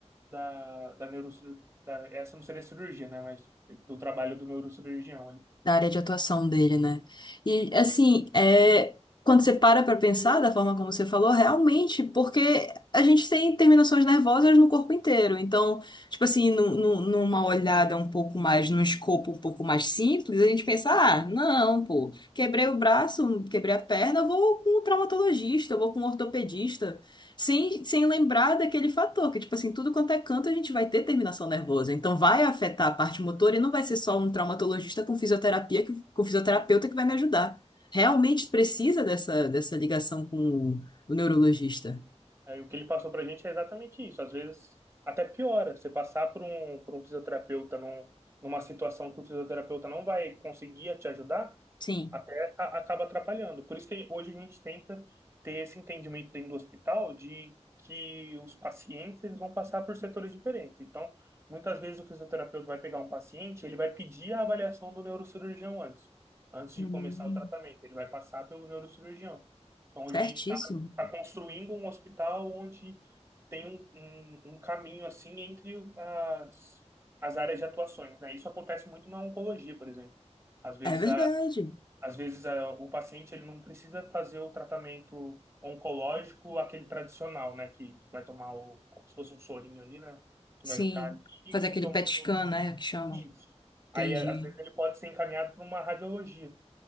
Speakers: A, on the right; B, on the left.
A: da, da neurocirurgia. Essa não seria cirurgia, né? Mas do trabalho do neurocirurgião. né?
B: da área de atuação dele, né? E assim, é, quando você para para pensar da forma como você falou, realmente, porque a gente tem terminações nervosas no corpo inteiro. Então, tipo assim, num- num- numa olhada um pouco mais, num escopo um pouco mais simples, a gente pensa, ah, não, pô, quebrei o braço, quebrei a perna, eu vou com um traumatologista, eu vou com um ortopedista. Sem, sem lembrar daquele fator, que, tipo assim, tudo quanto é canto, a gente vai ter terminação nervosa. Então, vai afetar a parte motora e não vai ser só um traumatologista com fisioterapia, que, com fisioterapeuta que vai me ajudar. Realmente precisa dessa, dessa ligação com o neurologista.
A: Aí, o que ele passou pra gente é exatamente isso. Às vezes até piora. Você passar por um, por um fisioterapeuta num, numa situação que o fisioterapeuta não vai conseguir te ajudar,
B: Sim.
A: até a- acaba atrapalhando. Por isso que hoje a gente tenta ter esse entendimento dentro do hospital de que os pacientes eles vão passar por setores diferentes. Então, muitas vezes o fisioterapeuta vai pegar um paciente, ele vai pedir a avaliação do neurocirurgião antes, antes de
B: Hum,
A: começar o tratamento. Ele vai passar pelo neurocirurgião. Então, hoje
B: Certíssimo.
A: a gente está construindo um hospital onde tem um, um, um caminho assim entre as, as áreas de atuações, né? Isso acontece muito na oncologia, por exemplo. Às vezes
B: É verdade.
A: a às vezes, é, o paciente ele não precisa fazer o tratamento oncológico, aquele tradicional, né? Que vai tomar o, como se fosse um sorinho ali, né? Que
B: Sim.
A: vai ficar ali e,
B: Fazer aquele
A: e tomando
B: PET scan, né? Que chamam.
A: isso.
B: Entendi.
A: Aí, às vezes, ele pode ser encaminhado para uma radiologia,